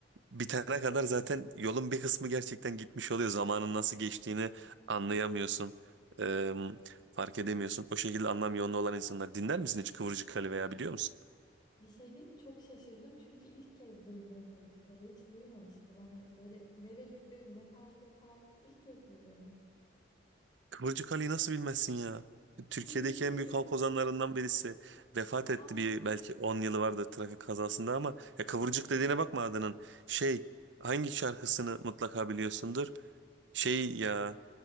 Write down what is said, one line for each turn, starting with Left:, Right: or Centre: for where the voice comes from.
Right: Bitene kadar zaten yolun bir kısmı gerçekten gitmiş oluyor. Zamanın nasıl geçtiğini anlayamıyorsun. Eee, fark edemiyorsun. O şekilde anlam yoğunluğu olan insanlar. Dinler misin hiç Kıvırcık Ali veya biliyor musun?
Left: Bir şey değil mi? Çok şaşırdım çünkü ilk kez duydum Kıvırcık Ali. Hiç duymamıştım. Hani böyle nerelidir, ne tarz yapar? İlk kez duyuyorum.
Right: Kıvırcık Ali'yi nasıl bilmezsin ya?
Left: <laughs>
Right: Türkiye'deki
Left: Bilmiyorum.
Right: en büyük halk ozanlarından birisi. Vefat
Left: <laughs>
Right: etti
Left: Aa,
Right: bir belki 10 yılı vardı trafik kazasında ama ya Kıvırcık dediğine bakma adının. Şey hangi şarkısını mutlaka biliyorsundur? Şey ya